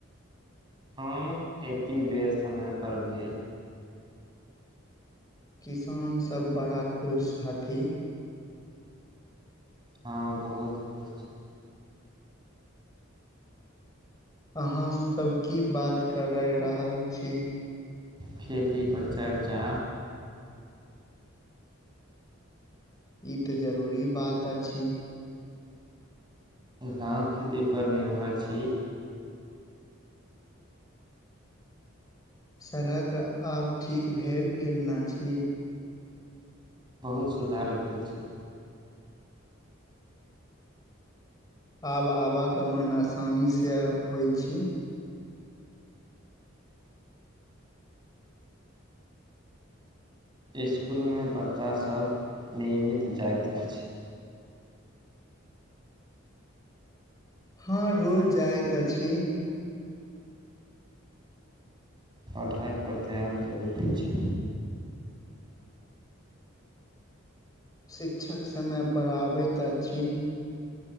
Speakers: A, on the right; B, on the left.
A: हँ एतेक बेर समयपर भेल
B: किसानसभ बड़ा खुश हथि
A: हँ बहुत खुश छी
B: अहाँ सब की बात करय रहल छी
A: खेतीपर चर्चा
B: ई तऽ जरूरी बात अछि
A: गाँव खेतीपर निर्भर छी
B: सड़क आब ठीक भेल गेल नहि अछि
A: बहुत सुधार भेल छै
B: आब आवागमन आसानीसँ होइ छी
A: इसकुलमे बच्चासभ नियमित जाइत अछि
B: हँ रोज जाइत अछि
A: पढ़ाई पर ध्यान जरूरी छै
B: शिक्षक समय पर आबैत अछि